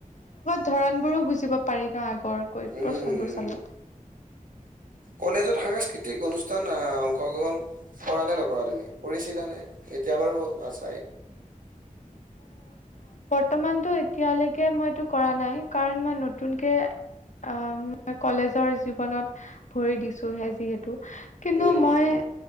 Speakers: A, on the left (about 60°); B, on the right (about 75°).
A: ধৰণবোৰো বুজিব পাৰি ন'? আগৰ কৈ
B: উম
A: প্ৰশ্নবোৰ চালে।
B: কলেজত সাংস্কৃতিক অনুষ্ঠান আ--অংশগ্ৰহণ কৰা নে নকৰা তুমি? কৰিছিলা নে? এতিয়া এবাৰো আছাই।
A: বৰ্তমানটো, এতিয়ালৈকে মইটো কৰা নাই। কাৰণ মই নতুনকে অঁ, মই কলেজৰ জীৱনত হেঁহ ভৰি দিছোেহে, যিহেত টো, কিন্তু
B: উম
A: মই